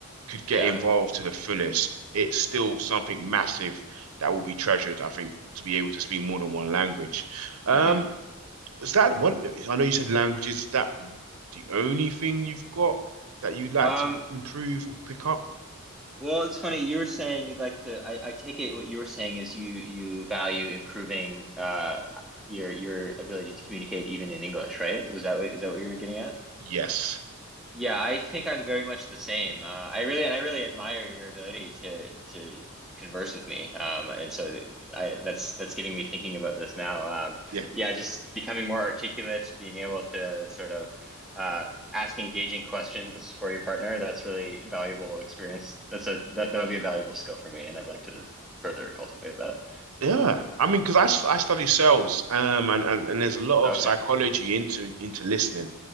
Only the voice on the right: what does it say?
could get
involved to the fullest, it's still something massive that will be treasured, I think, to be able to speak more than one language. Um,
is that one? I know you said languages. Is that the only thing you've got that you'd like
to improve or pick up?
Yes.
Yeah.
Yeah. I mean, because I, s- I study sales, um, and, and, and there's a lot
of psychology into into listening,